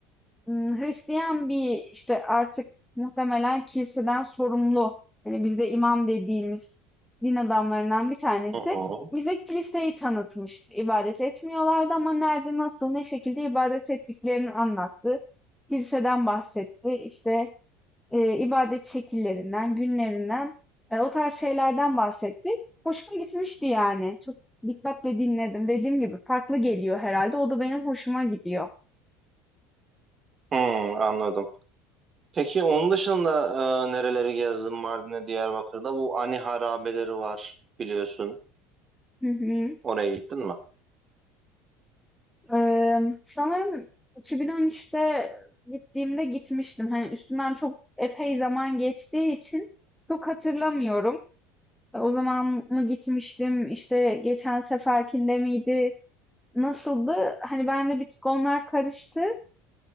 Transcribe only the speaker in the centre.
m, Hristiyan bir işte artık muhtemelen kiliseden sorumlu hani bizde imam dediğimiz din adamlarından bir tanesi
bize kiliseyi tanıtmıştı. İbadet etmiyorlardı ama nerede, nasıl, ne şekilde ibadet ettiklerini anlattı. Kiliseden bahsetti. İşte eee, ibadet şekillerinden, günlerinden, eee, o tarz şeylerden bahsetti. Hoşuma gitmişti yani. Çok dikkatle dinledim. Dediğim gibi farklı geliyor herhalde. O da benim hoşuma gidiyor.
Hı hı.
Eee, sanırım 2013'te gittiğimde gitmiştim. Hani üstünden çok epey zaman geçtiği için çok hatırlamıyorum. E, O zaman mı gitmiştim? işte geçen seferkinde miydi? Nasıldı? Hani benimle bir tık onlar karıştı.